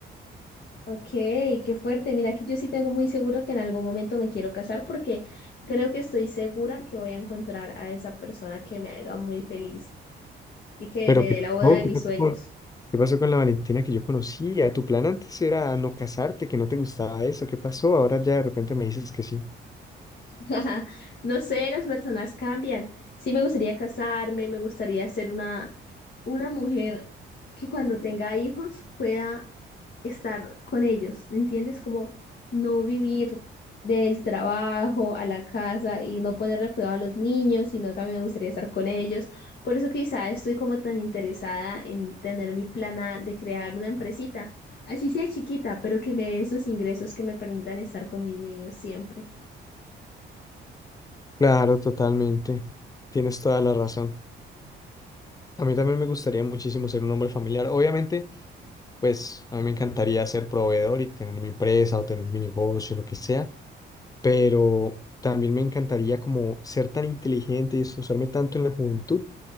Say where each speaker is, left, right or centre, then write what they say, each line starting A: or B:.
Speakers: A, on the left (about 55°); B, on the left (about 20°).
A: Ok, qué fuerte. Mira que yo sí tengo muy seguro que en algún momento me quiero casar porque creo que estoy segura que voy a encontrar a esa persona que me haga muy feliz y que
B: Pero
A: me dé
B: ¿qué
A: la boda
B: pasó?
A: de
B: ¿Qué
A: mis
B: pasó
A: sueños.
B: con, qué pasó con la Valentina que yo conocía? Tu plan antes era no casarte, que no te gustaba eso. ¿Qué pasó? Ahora ya de repente me dices que sí.
A: <laughs> No sé, las personas cambian. Sí me gustaría casarme, me gustaría ser una, una mujer que cuando tenga hijos pueda estar con ellos, ¿me entiendes? Como no vivir del trabajo a la casa y no ponerle cuidado a los niños, sino también me gustaría estar con ellos. Por eso quizá estoy como tan interesada en tener mi plana de crear una empresita, así sea chiquita, pero que me dé esos ingresos que me permitan estar con mis niños siempre.
B: Claro, totalmente. Tienes toda la razón. A mí también me gustaría muchísimo ser un hombre familiar. Obviamente, pues a mí me encantaría ser proveedor y tener mi empresa o tener mi negocio, lo que sea, pero también me encantaría como ser tan inteligente y esforzarme tanto en la juventud